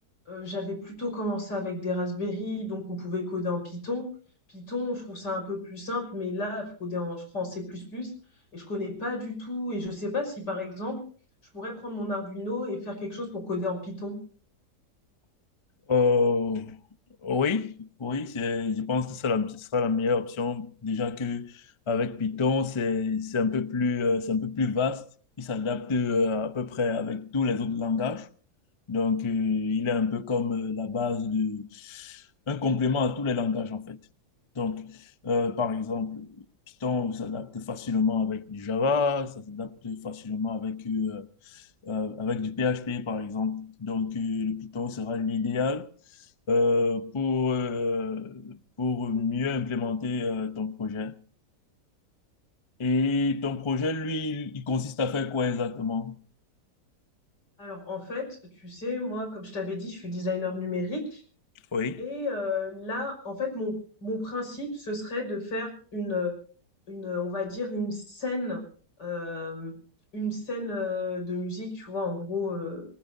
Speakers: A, on the left; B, on the left.
A: euh, j'avais plutôt commencé avec des Raspberry, donc on pouvait coder en Python. Python, je trouve ça un peu plus simple, mais là, il faut coder en, je crois, en C++. plus plus. Et je connais pas du tout. Et je sais pas si, par exemple, je pourrais prendre mon Arduino et faire quelque chose pour coder en Python.
B: Euh, oui, oui, c'est- je pense que c'est la- ce sera la meilleure option. Déjà que avec Python, c'est c'est un peu plus euh, c'est un peu plus vaste. Il s'adapte euh, à peu près avec tous les autres langages. Donc, euh, il est un peu comme euh, la base de... un complément à tous les langages, en fait. Donc, euh, par exemple, Python s'adapte facilement avec du Java, ça s'adapte facilement avec, euh, euh, avec du PHP, par exemple. Donc, euh, le Python sera l'idéal euh, pour, euh, pour mieux implémenter euh, ton projet. Et ton projet, lui, il il consiste à faire quoi exactement?
A: Alors en fait, tu sais, moi, comme je t'avais dit, je suis designer numérique
B: Oui.
A: et euh, là, en fait, mon, mon principe, ce serait de faire une, une, on va dire, une scène, euh, une scène euh, de musique, tu vois, en gros, euh,